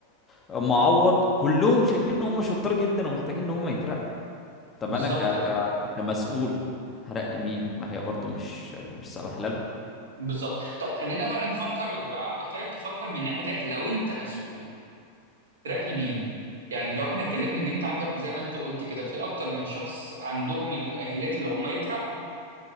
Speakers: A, on the left (about 20°); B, on the right (about 65°).
A: معوض كلهم شايفين ان هم شطار جدا ومحتاجين ان هم يترقوا طب
B: بالظبط
A: انا ك... ك... كمسؤول هرقي مين ما هي برضه مش مش سبهلله
B: بالظبط طب خلينا بقى نفكر محتاجك تفكر من ناحيتك لو أنت مسؤول ترقي مين يعني لو احنا اتكلمنا اللي انت عندك زي ما انت قلت كده في اكتر من شخص عندهم المؤهلات اللي هم يترقوا